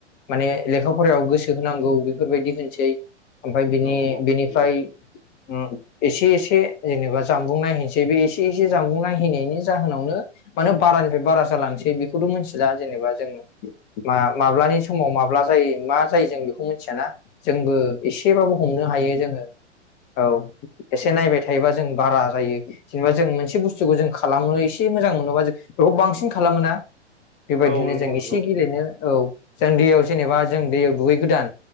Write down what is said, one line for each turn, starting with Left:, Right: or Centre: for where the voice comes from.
Left: माने लेखा फरायाव गोसो होनांगौ बेफोरबायदि होनसै ओमफाय बिनि
Right: औ औ
Left: -बिनिफ्राय
Right: नंगौ
Left: उम एसे एसे जेनेबा जामबुं नायहोनोसै बे एसे एसे जानबुं नाय है नायनि जाहोनावनो माने बारानिफ्राय बारा जालांसै बेखौथ' मोनथिला जेनेबा जों मा माब्लानि समाव माब्ला जायो मा जायो जों बेखौ मिथियाना जोंबो एसेबाबो हमनो हायो जोङो औ एसे नायबाय थायोबा जों बारा जायो जेनेबा जों मोनसे बुस्थुखौ जों खालामो एसे मोजां मोनोबा जों बेखौ बांसिन खालामो ना बेबायदिनो
Right: औ नंगौ
Left: जों एसे
Right: नंगौ
Left: गेलेनो औ जों दैयाव जेनेबा जों दैयाव दुगै गोदान